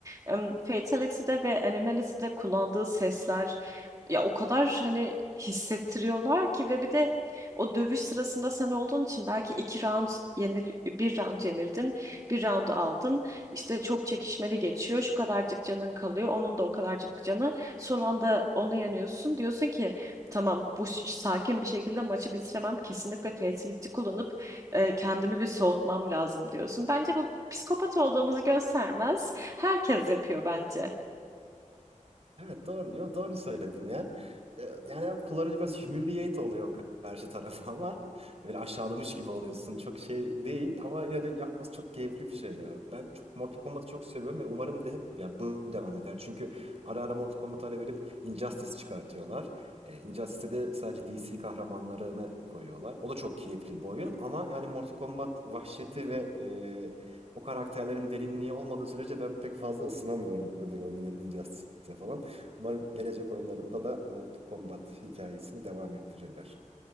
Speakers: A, on the right; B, on the right.
A: em, Fatality'de ve Animality'de kullandığı sesler ya o kadar hani hissettiriyorlar ki ve bir de o dövüş sırasında sen olduğun için belki iki round yenil bir round yenildin, bir round aldın. İşte çok çekişmeli geçiyor. Şu kadarcık canın kalıyor. Onun da o kadarcık canı. Son anda onu yeniyorsun. Diyorsun ki tamam bu ş- sakin bir şekilde maçı bitiremem. Kesinlikle fatality kullanıp e, kendimi bir soğutmam lazım diyorsun. Bence bu psikopat olduğumuzu göstermez. Herkes yapıyor bence.
B: Evet doğru diyor. Doğru söyledin ya. Ee, Yani kullanıcı biraz humiliate oluyor karşı tarafa ama böyle aşağılamış gibi oluyorsun. Çok şey değil ama yine de yapması çok keyifli bir şey ya. Ben çok Mortal Kombat'ı çok seviyorum ve umarım da hep ya bu devam eder. Çünkü ara ara Mortal Kombat'a ara verip Injustice çıkartıyorlar. Ee, Injustice'de de sadece DC kahramanlarını koyuyorlar. O da çok keyifli bir oyun ama yani Mortal Kombat vahşeti ve e, o karakterlerin derinliği olmadığı sürece ben pek fazla ısınamıyorum öbür oyunlar Injustice'e falan. Umarım gelecek oyunlarında da Mortal Kombat hikayesini devam ettirirler.